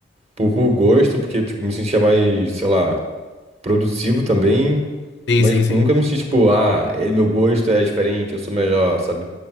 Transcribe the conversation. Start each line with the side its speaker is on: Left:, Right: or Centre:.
Right: por, por gosto, porque, tipo, me sentia mais, sei lá. produtivo também,
Left: Sim,
Right: mas
Left: sim,
Right: tipo,
Left: sim.
Right: nunca me senti tipo, ah, ele- meu gosto é diferente, eu sou melhor, sabe?